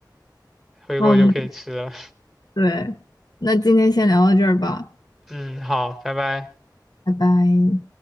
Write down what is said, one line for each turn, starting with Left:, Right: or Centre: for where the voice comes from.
Centre: 回国就可以吃了。
Left: 嗯，对，那今天先聊到这儿吧，
Centre: 嗯，好，拜拜。
Left: 拜拜。